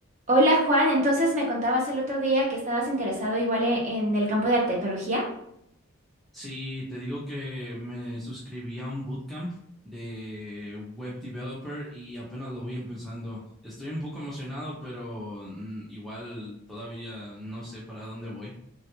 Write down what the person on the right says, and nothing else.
Hola Juan, entonces me contabas el otro día que estabas interesado igual e- en el campo de la tecnología.